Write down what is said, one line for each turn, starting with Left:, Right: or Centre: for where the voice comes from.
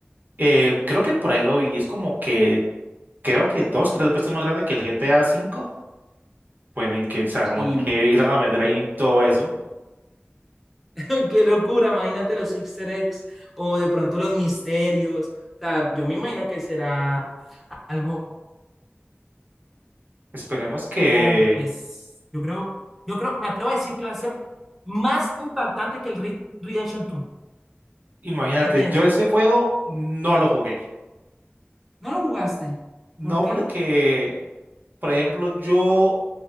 Right: Eh, creo que por ahí lo vi, es como que, creo que dos, tres veces más grande que el GTA V. Bueno, y que, o sea,
Centre: Sí,
Right: como que irán a meter ahí todo eso.
Centre: <laughs> Qué locura, imagínate los Easter eggs o de pronto los misterios. O sea, yo me imagino que será algo,
Right: Esperemos que...
Centre: oh, pues, yo creo, yo creo, me atrevo a decir que va a ser más impactante que el Red Redemption 2.
Right: Imagínate,
Centre: ¿Qué piensas?
Right: yo ese juego no lo jugué.
Centre: ¿No lo jugaste?
Right: No
Centre: ¿Por qué?
Right: porque, por ejemplo, yo